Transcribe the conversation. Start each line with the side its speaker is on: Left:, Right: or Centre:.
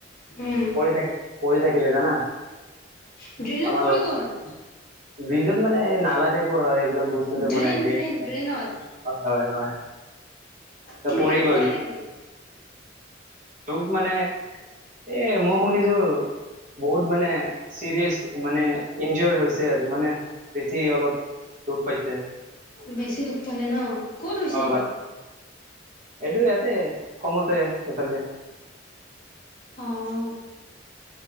Left: উম,
Right: পঢ়ি থাকে পঢ়ি থাকে গিল <unintelligible> জানা
Left: ড্ৰেইনত
Right: আমাৰ
Left: পৰি
Right: ঘৰত
Left: গ'ল।
Right: ব্ৰিজত মানে নালা টাইপৰ হয় এইবিলাক বস্তু যে
Left: ড্ৰেইন,
Right: বনাই ড্ৰেন
Left: ড্ৰেইন,
Right: টাইপ,
Left: ড্ৰেইনত
Right: হয় হয় হয়। ত
Left: কেনেকে
Right: পৰি
Left: দুখ
Right: গ'ল
Left: পালে নেকি?
Right: তুব মানে
Left: হয়।
Right: এ মই শুনিছোঁ বহুত মানে চিৰিয়াচ মানে ইনজঅ'ৰ হৈছে আৰু মানে বেছি অলপ দুখ পাইছে
Left: বেছি দুখ পালে ন', ক'ত হৈছে
Right: অ
Left: এইটো?
Right: বাট এইটো ইয়াতে খমতে এইফালে।
Left: অ'।